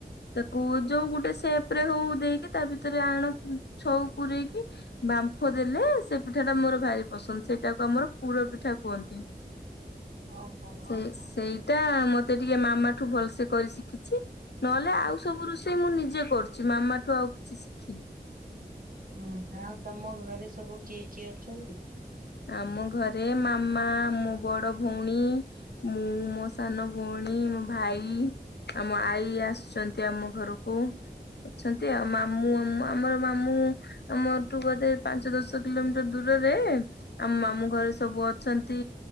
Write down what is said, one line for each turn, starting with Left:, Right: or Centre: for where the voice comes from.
Left: ତାକୁ ଯୋଉ ଗୋଟେ ସେପ ରେ ହଉ ଦେଇକି ତା ଭିତରେ ଆଣ ଛଉ ପୂରେଇକି ବାମ୍ଫ ଦେଲେ ସେ ପିଠା ଟା ମୋର ଭାରି ପସନ୍ଦ, ସେଇଟାକୁ ଆମର ପୁର ପିଠା କୁହନ୍ତି।
Right: ଓହୋ।
Left: ସେ ସେଇଟା ମତେ ଟିକେ ମାମା ଠୁ ଭଲସେ ତେ କରି ଶିଖିଚି, ନହେଲେ ଆଉ ସବୁ ରୋଷେଇ ମୁଁ ନିଜେ କରୁଚି, ମାମାଠୁ ଆଉ କିଛି ଶିଖିନି।
Right: ହୁଁ ଆଉ ତମ ଘରେ ସବୁ କିଏ କିଏ ଅଛନ୍ତି?
Left: ଆମ ଘରେ ମାମା, ମୋ ବଡ ଭଉଣୀ, ମୁଁ, ମୋ ସାନ ଭଉଣୀ, ମୋ ଭାଇ, ଆମ ଆଈ ଆସିଚନ୍ତି ଆମ ଘରକୁ। ଅଛନ୍ତି ଆଉ, ମାମୁଁ ଆମ ଆମର ମାମୁଁ ଆମ ଘରଠୁ ବୋଧେ ପାଞ୍ଚ ଦଶ କିଲୋମିଟର ଦୂରରେ ଆମ ମାମୁଁ ଘରେ ସବୁ ଅଛନ୍ତି।